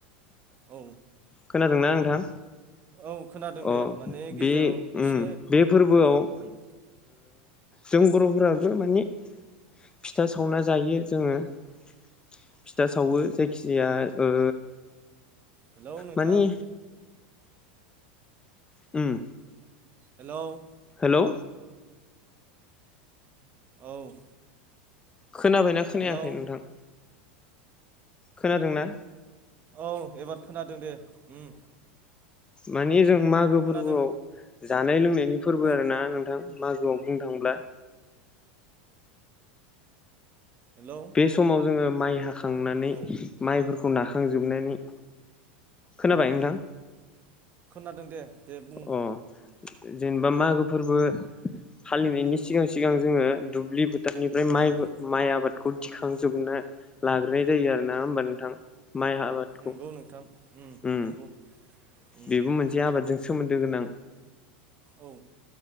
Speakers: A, on the right; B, on the left.
A: औ
B: खोनादोंना नोंथां?
A: औ खोनादों
B: अ
A: दे माने गेजेराव
B: बे
A: एसे
B: उम बे फोरबोआव
A: औ
B: ओ
A: उम
B: जों बर फोराबो माने फिथा सावना जायो जोङो फिथा सावो जायखिजा ओ
A: हेल' नोंथां?
B: माने उम।
A: हेल'?
B: हेलौ?
A: औ।
B: खोनाबायना खोनायाखै
A: हेलौ
B: नोंथां? खोनादोंना?
A: औ एबार खोनादों दे उम।
B: मानि जों मागो
A: खोनादों
B: फोरबोआव जानाय लोंनायनि फोरबो
A: औ
B: आरो ना नोंथां। मागोआव बुंनो थांब्ला
A: हेलौ
B: बे समाव जोङो माइ हाखांनानै
A: औ
B: माइफोरखौ नाखांजोबनानै खोनाबाय
A: औ
B: नोंथां
A: खोनादों दे। दे बुं
B: अ जेनोबा मागो फोरबो फालिनायनि सिगां सिगां जोङो दुब्लि फोथोरनिफ्राय
A: उम
B: माइ माइ आबादखौ दिखांजोबना लाग्रोनाय जायो आरो ना होमबा नोंथां। माइ आबादखौ
A: नंगौ नोंथां
B: उम
A: नंगौ उम
B: बेबो मोनसे आबादजों सोमोन्दो गोनां
A: औ